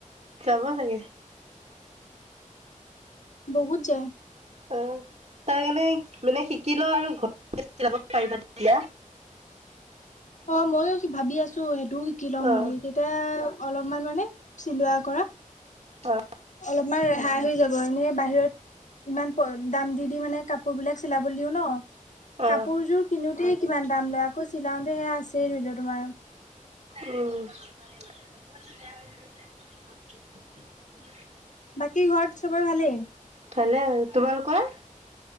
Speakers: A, on the right; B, on the left.
A: যাব চাগে।
B: বহুত যায়।
A: অ'। তাৰ কাৰণে মানে শিকি ল আৰু ঘৰতে চিলাব পাৰিবা তেতিয়া
B: অ', ময়ো ভাবি আছোঁ সেইটোও শিকি লম
A: অ
B: বুলি, তেতিয়া অলপ অলপ মান মানে চিলোৱা কৰা
A: অ
B: অলপমান ৰেহাই হৈ যাব এনে বাহিৰত ইমান দাম দি দি মানে কাপোৰ বিলাক চিলাব দিও ন
A: অ
B: কাপোৰযোৰ কিনোতেই কিমান দাম লয়, আকৌ চিলাওতে সেয়া আছেই ধৰি লও তোমাৰ
A: উম। <inaudible>
B: বাকী ঘৰত চবৰে ভালেই?
A: ভালে আৰু, তোমালোকৰ?